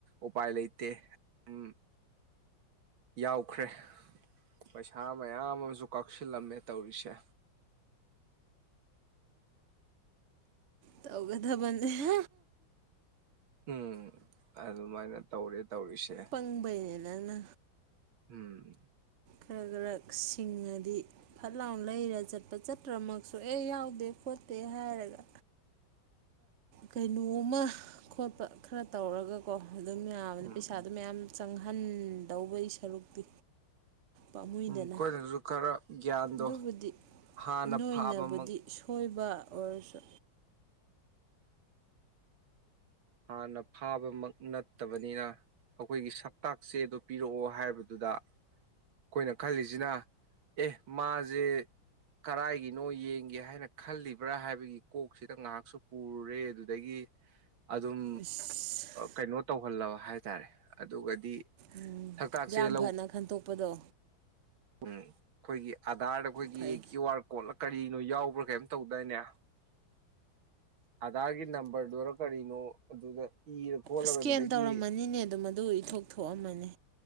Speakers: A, on the right; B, on the right.
A: ꯎꯄꯥꯏ ꯂꯩ ꯇꯦ ꯎꯝ ꯌꯥꯎꯈ꯭ꯔꯦ ꯄꯩꯁꯥ ꯃꯌꯥꯝ ꯑꯃꯁꯨ ꯀꯛꯁꯤꯜꯂꯝꯃꯦ ꯇꯧꯔꯤꯁꯦ
B: ꯇꯧꯒ ꯊꯟꯖ
A: ꯎꯝ ꯑꯗꯨꯃꯥꯏꯅ ꯇꯧꯔꯦ ꯇꯧꯔꯤꯁꯦ
B: ꯄꯪꯕ ꯅ
A: ꯎꯝ
B: ꯈꯔ ꯈꯔ ꯁꯤꯡꯉꯗꯤ ꯐꯠ ꯂꯥꯎꯅ ꯂꯩꯔ ꯆꯠꯄ ꯆꯠꯇ꯭ꯔꯃꯛꯁꯨ ꯑꯦ ꯌꯥꯎꯗꯦ ꯈꯣꯠꯇꯦ ꯍꯥꯏꯔꯒ ꯀꯩꯅꯣꯃ ꯈꯣꯠꯄ ꯈꯔ ꯇꯧꯔꯒꯀꯣ ꯑꯗꯨꯝ ꯌꯥꯕꯅꯤ
A: ꯎꯝ
B: ꯄꯩꯁꯥꯗ ꯃꯌꯥꯝ ꯆꯪꯉ ꯑꯍꯟ ꯇꯧꯕꯩ ꯁꯔꯨꯛꯇꯤ ꯄꯥꯝꯃꯨꯏꯗꯅ
A: ꯎꯝ ꯀꯣꯏꯅꯁꯨ ꯈꯔ ꯒ꯭ꯌꯥꯟꯗꯣ
B: ꯑꯗꯨꯕꯨꯗꯤ
A: ꯍꯥꯟꯅ
B: ꯅꯣꯏꯅꯕꯨꯗꯤ
A: ꯐꯥꯕꯃꯛ
B: ꯁꯣꯏꯕ ꯑꯣꯏꯔꯁꯨ
A: ꯍꯥꯟꯅ ꯐꯥꯕꯃꯛ ꯅꯠꯇꯕꯅꯤꯅ ꯑꯩꯈꯣꯏꯒꯤꯛ ꯇꯥꯛꯁꯦꯗꯣ ꯄꯤꯔꯛꯑꯣ ꯍꯥꯏꯕꯗꯨꯗ ꯀꯣꯏꯅ ꯈꯜꯂꯤꯁꯤꯅ ꯑꯦ ꯃꯥꯁꯦ ꯀꯔꯥꯏꯒꯤꯅꯣ ꯌꯦꯡꯒꯦ ꯍꯥꯏꯅ ꯈꯜꯂꯤꯕ꯭ꯔꯥ ꯍꯥꯏꯕꯒꯤ ꯀꯣꯛꯁꯤꯗ ꯉꯥꯏꯍꯥꯛꯁꯨ ꯄꯨꯨꯔꯦ ꯑꯗꯨꯗꯒꯤ ꯑꯗꯨꯝ
B: ꯏꯁ
A: ꯀꯩꯅꯣ ꯇꯧꯍꯜꯂꯕ ꯍꯥꯏꯇꯥꯔꯦ ꯑꯗꯨꯒꯗꯤ
B: ꯎꯝ
A: ꯁꯛꯇꯥꯛꯁꯦ
B: ꯌꯥꯝ ꯐꯅ ꯈꯟꯇꯣꯛ ꯎꯄꯗꯣ
A: ꯎꯝ ꯑꯩꯈꯣꯏꯒꯤ ꯑꯥꯙꯥꯔꯗ ꯑꯩꯈꯣꯏꯒꯤ
B: ꯐꯩ
A: ꯀ꯭ꯌꯨ ꯑꯥꯔ ꯀꯣꯗꯅ ꯀꯔꯤꯅꯣ ꯌꯥꯎꯕ꯭ꯔꯥ ꯀꯩꯅ‌ꯣꯝ ꯇꯧꯗꯏꯅꯦ ꯑꯗꯥꯒꯤ ꯅꯝꯕꯔꯗꯨꯔ ꯀꯔꯤꯅꯣ ꯑꯗꯨꯗ ꯏꯔ ꯈꯣꯠꯂꯒ
B: ꯏꯁꯀꯦꯟ
A: ꯑꯗꯨꯗꯒꯤ
B: ꯇꯧꯔꯝꯃꯅꯤꯅꯦ ꯑꯗꯨꯣ ꯃꯗꯨ ꯏꯊꯣꯛ ꯊꯣꯛꯑꯝꯃꯅꯤ